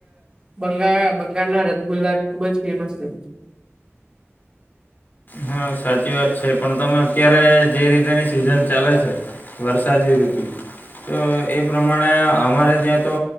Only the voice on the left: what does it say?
હા સાચી વાત છે પણ તમે અત્યારે જે રીતેની સિઝન ચાલે છે. વરસાદી ઋતુ તો એ પ્રમાણે અમારે ત્યાં તો